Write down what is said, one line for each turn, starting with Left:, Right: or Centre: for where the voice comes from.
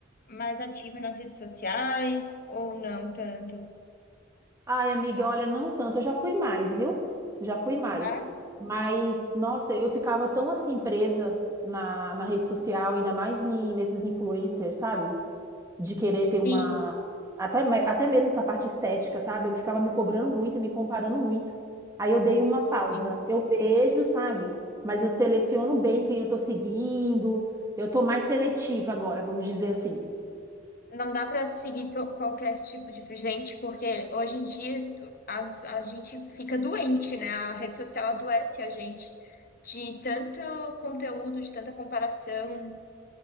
Left: mais ativa nas redes sociais ou não tanto?
Right: Ai, amiga, olha, não tanto, eu já fui mais, viu? Já fui mais.
Left: É?
Right: Mas, nossa, eu ficava tão assim presa na, na rede social, ainda mais em- nesses influencers, sabe? De querer
Left: Sim.
Right: ter uma. Até, me- até mesmo essa parte estética, sabe? Eu ficava me cobrando muito e me comparando muito. Aí eu dei uma pausa.
Left: Sim.
Right: Eu vejo, sabe? Mas eu seleciono bem quem eu tô seguindo. Eu tô mais seletiva agora, vamos dizer assim.
Left: Não dá para seguir to- qualquer tipo de gente, porque hoje em dia as- a, gente fica doente, né? A rede social adoece a gente de tanto conteúdo, de tanta comparação.